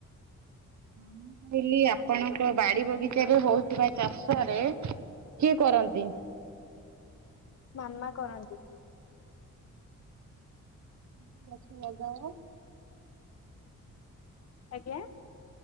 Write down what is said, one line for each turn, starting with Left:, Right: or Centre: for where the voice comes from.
Right: ମୁଁ କହିଲି ଆପଣଙ୍କ ବାଡି ବଗିଚା ରେ ହଉଥିବା ଚାଷରେ କିଏ କରନ୍ତି?
Left: ମାମା କରନ୍ତି।
Right: କି ଗଛ ଲଗାଅ?
Left: ଆଜ୍ଞା।